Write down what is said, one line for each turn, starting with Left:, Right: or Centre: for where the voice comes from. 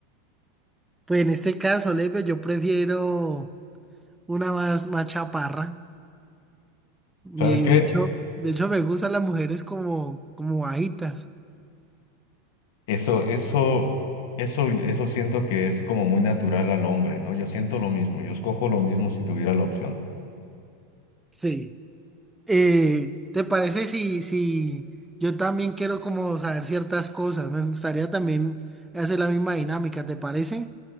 Centre: Pues en este caso, Leiber, yo prefiero una más, más chaparra. Y
Left: ¿Sabes qué?
Centre: de hecho, de hecho me gustan las mujeres como, como bajitas.
Left: Eso, eso, eso, eso siento que es como muy natural al hombre, ¿no? Yo siento lo mismo, yo escojo lo mismo si tuviera la opción.
Centre: Sí. Eh, ¿te parece si, si yo también quiero como saber ciertas cosas? Me gustaría también hacer la misma dinámica, ¿te parece?